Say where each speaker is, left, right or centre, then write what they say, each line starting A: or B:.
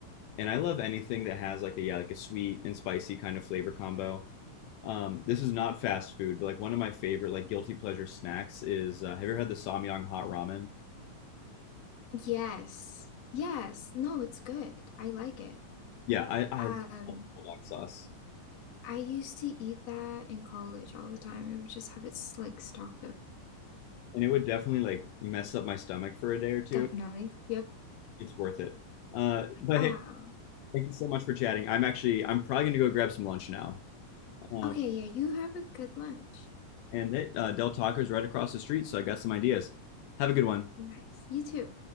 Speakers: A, on the left (about 80°); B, on the left (about 55°).
A: and I love anything that has like a yeah like a sweet and spicy kind of flavor combo. Um, this is not fast food, but like one of my favorite like guilty pleasure snacks is uh, have you ever had the Samyang hot ramen?
B: Yes. Yes. No, it's good. I like it.
A: Yeah, I I
B: Um,
A: love bulldog sauce,
B: I used to eat that in college all the time. I would just have it s- like stocked up.
A: and it would definitely like mess up my stomach for a day or two.
B: Definitely. Yep.
A: It's worth it. Uh, but
B: Ah,
A: hey, thank you so much for chatting. I'm actually I'm probably gonna go grab some lunch now. Um,
B: okay. Yeah, you have a good lunch.
A: and it, uh, Del Taco's right across the street, so I got some ideas. Have a good one.
B: Nice. You too.